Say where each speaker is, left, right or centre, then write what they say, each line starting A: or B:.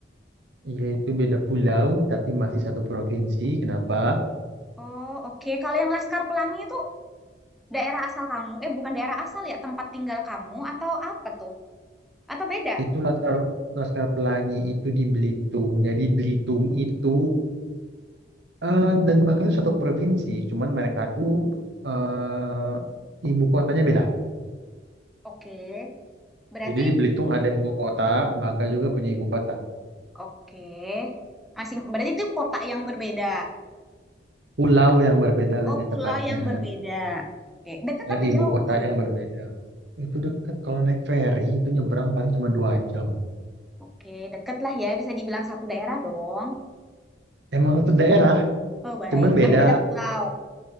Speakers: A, on the right; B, in the centre.
A: Iya itu beda pulau, tapi masih satu provinsi. Kenapa?
B: Oh, oke. Kalau yang Laskar Pelangi itu daerah asal kamu. Eh, bukan daerah asal ya, tempat tinggal kamu atau apa tuh? Atau beda?
A: Itu Laskar, Laskar Pelangi itu di Belitung. Jadi Belitung itu eh, dan Bangka itu satu provinsi. Cuman mereka tuh eh ibu kotanya beda.
B: Oke. Berarti,
A: Jadi di Belitung ada ibu kota, Bangka juga punya ibu kota.
B: oke. Masing, berarti itu kota yang berbeda.
A: Pulau yang berbeda lebih
B: Oh, pulau
A: tepatnya.
B: yang berbeda. Oke. Dekat
A: dan
B: apa
A: ibu
B: jauh
A: kota
B: tuh?
A: yang berbeda. Itu deket kalau naik feri itu nyebrang paling cuma dua jam.
B: Oke, deket lah ya. Bisa dibilang satu daerah dong.
A: Emang satu daerah,
B: Oh, baik.
A: cuman beda
B: Tapi beda pulau.